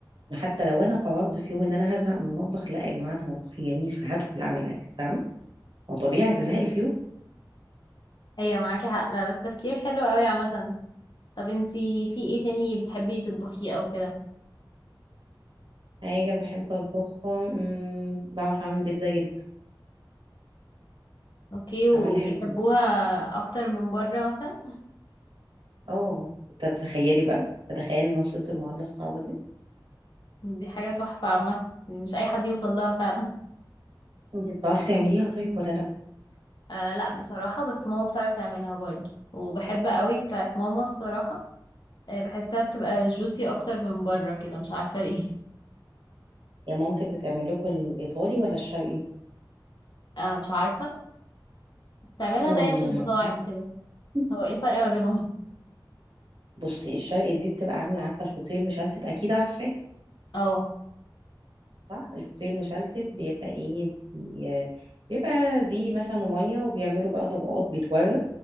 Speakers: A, on the right; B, on the left.
A: انه حتى لو انا قررت في يوم ان انا هزهق من المطبخ لا يا جماعه ده مطبخي جميل فهدخل اعمل اكل فاهمه هو طبيعي هتزهقي في يوم
B: ايوه معاكي حق لا بس تفكير حلو اوي عامة طب انتي في ايه تاني بتحبي تطبخيه او كده
A: حاجه بحب اطبخها أمم، بعرف اعمل بيتزا جدا
B: اوكي وبيحبوها
A: بعملها حلو
B: اكتر من بره مثلا
A: اه تتخيلي بقى تتخيلي ان أنا وصلت المعادلة الصعبة دي
B: دي حاجة تحفة عامة دي مش اي حد يوصل لها فعلا
A: انت بتعرفي تعمليها طيب ولا لا
B: <laughs> آه لا بصراحة بس ماما بتعرف تعملها برضه وبحب قوي بتاعت ماما الصراحة آه بحسها بتبقى جوسي اكتر من بره كده مش عارفة ليه
A: يا مامتك بتعمل لكم الايطالي ولا الشرقي
B: <laughs> آه مش عارفة بتعملها
A: امم
B: زي المطاعم كده
A: <laughs>
B: هو ايه الفرق ما بينهم
A: بصي الشرقي دي بتبقى عاملة عارفة الفطير المشلتت أكيد عارفاه
B: <laughs> اه
A: صح الفطير المشلتت بيبقى إيه بي... بيبقى دي مثلا ومية وبيعملوا بقى طبقات بيتورق